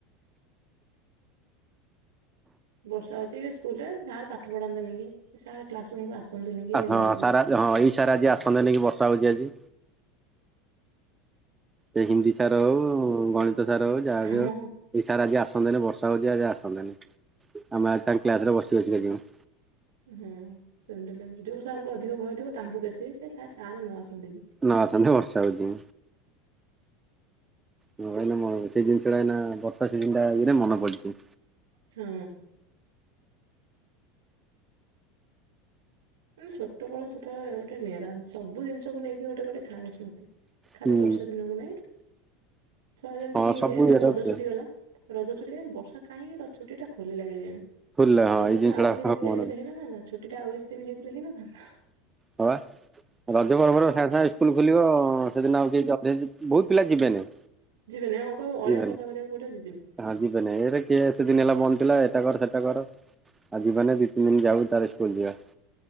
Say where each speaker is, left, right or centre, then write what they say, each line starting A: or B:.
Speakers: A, on the right (about 85°); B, on the right (about 15°).
A: ବର୍ଷା ହଉଛି ସ୍କୁଲ ରେ ସାର୍ ପାଠ ପଢାନ୍ତେନି କି ସାର୍ କ୍ଲାସ ରୁମକୁୁ ଆସନ୍ତେନି କି
B: ହଁ
A: ଏଇଭଳିଆ ଲାଗେ।
B: ସାରା ହଁ ଏଇ ସାର ଆଜି ଆସନ୍ତେନିକି ବର୍ଷା ହେଉଛି ଆଜି ସେ ହିନ୍ଦୀ ସାର ହଉ ଗଣିତ ସାର ହଉ ଯାହା
A: ହଁ
B: ବି ହଉ ଏଇ ସାର୍ ଆଜି ଆସନ୍ତେନି ବର୍ଷା ହେଉଛି ଆଜି ଆସନ୍ତେନି ଆମେ ତାଙ୍କ କ୍ଲାସ୍ରରେ ବସି ବସିକା ଯିବୁ।
A: ହଁ ସେମତି ଲାଗେ ଯୋଉ ସାର୍ ଙ୍କୁ ଅଧିକ ଭୟ ଥିବ ତାଙ୍କୁ ବେଶୀ ସେ ସାର୍ ନ ଆସନ୍ତେ କି।
B: ନ ଆସନ୍ତେ ବର୍ଷା ହୋଉଛି। ହଁ ଏଇନେ ମ ସେଇ ଜିନିଷଟା ଏନା ବର୍ଷା ସିିଜିନଟା ଇଏରେ ମନ ପଡିଛି।
A: ହଁ। ଛୋଟବେଳ ସେତେବେଳେ ଗୋଟେ ନିଆରା ସବୁ ଜିନିଷକୁ ନେଇକି ଗୋଟେ ଗୋଟେ ଥାଏ ସ୍ମୃତି। ଖାଲି
B: ହୁଁ
A: ବର୍ଷା ଦିନକୁ ନାଇଁ ଥ ଯେମିତି
B: ହଁ
A: କିି
B: ସବୁ
A: ମେ
B: ଇଏର
A: ରଜ
B: ହୁଁ
A: ଛୁଟି ଗଲା ରଜ ଛୁଟି ବର୍ଷା କାହିଁକି ର ଛୁଟ ଟା ଖୋଲିଲି କେଜାଣି
B: ଖୋଲିଲା ହଁ
A: ରଜ
B: ଏଇ ଜିନିଷଟା
A: ଟା ଆଉ କିଛି ଦିନ
B: ମନରେ
A: ଯାଇଥିଲେ ହୋଇନଥାନ୍ତା ଛୁଟିଟା ଆଉ କିଛି ଲେହିନଥାନ୍ତା।
B: ହଁବା ରଜ ପର୍ବରେ ସାଙ୍ଗେ ସାଙ୍ଗେ ଇସ୍କୁଲ ଖୋଲିବ ଆଉ। ହଁ ସେଦିନ ଆଉ କେହି ଅ ବହୁତ ପିଲା ଯିବେନି
A: ଯିବେନି ଆଉ କୁ ଅଳିଆ
B: ଯିବେନି
A: ସଫା କରିବାକୁ ପଡ଼ିବ ଯିବିନି।
B: ହଁ ଯିବେନାଇଁ ଏରେ କିଏ ଏତେ ଦିନ ହେଲା ବନ୍ଦ ଥିଲା ଏଟା କର ସେଟା କର ଆଉ ଜୀବନୀ ଦି ତିନିି ଦିନ ଯାଉ ତାର ସ୍କୁଲ ଯିବା।